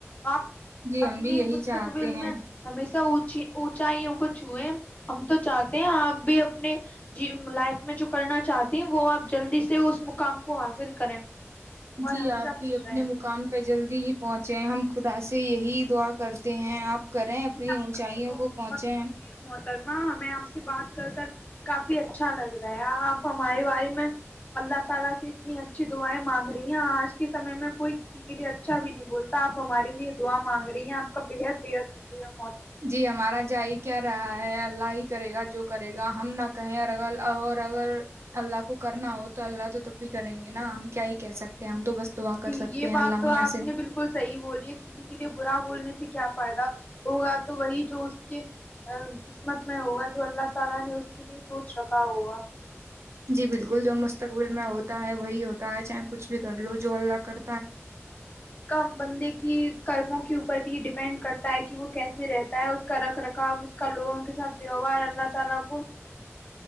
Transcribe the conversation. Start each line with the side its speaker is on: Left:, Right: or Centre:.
Left: آپ
Right: جی ہم
Left: اپنی
Right: بھی یہی
Left: مستقبل
Right: چاہتے ہیں
Left: میں ہمیشہ ا اونچائیوں کو چھوئے ہم تو چاہتے ہیں آپ بھی اپنے لائف میں جو کرنا چاہتے ہیں وہ آپ جلدی سے اس مقام کو حاصل کریں اور
Right: جی
Left: ہمیشہ
Right: آپ بھی
Left: خوش
Right: اپنے
Left: رہیں
Right: مقام پہ جلدی ہی پہنچے ہم خدا سے یہی دعا کرتے ہیں آپ کریں اپنی
Left: جی آپ
Right: اونچائیوں
Left: کا بہت
Right: کو پہنچے
Left: بہت شکریہ محترمہ ہمیں آپ سے بات کر کافی اچھا لگ رہا ہے آپ ہمارے بارے میں اللہ تعالی سے اتنی اچھی دعائیں مانگ رہی ہیں آج کے سمے میں کوئی کسی کے لیے اچھا بھی نہیں بولتا آپ ہمارے لیے دعا مانگ رہی ہیں آپ کا بےحد بےحد ج
Right: جی ہمارا <inaudible> کیا رہا ہے اللہ ہی کرے گا جو کرے گا ہم نہ کہیں اور ا اور اگر اللہ کو کرنا ہو تو اللہ تو تب بھی کریں گے نا ہم کیا ہی کہہ سکتے ہیں ہم تو بس دعا کر
Left: جی
Right: سکتے
Left: یہ
Right: ہیں
Left: بات
Right: اللہ
Left: تو
Right: میاں
Left: آپ
Right: سے
Left: نے بالکل صحیح بولی ہے کسی کے لیے برا بولنے سے کیا فائدا ہوگا وہی جو اس کے قسمت میں ہوگا جو اللہ تعالی نے اس کے لیے سوچ رکھا ہوا
Right: جی بالکل جو مستقبل میں ہوتا ہے وہی ہوتا ہے چاہے کچھ بھی کر لو جو اللہ کر
Left: کا بندے کی کرموں کے اوپر بھی ڈیپینڈ ڈپینڈ کرتا ہے کہ وہ کیسے رہتا ہے اس کا رکھ رکھاؤ اس کا لوگوں کے ساتھ ووہار اللہ تعالی کو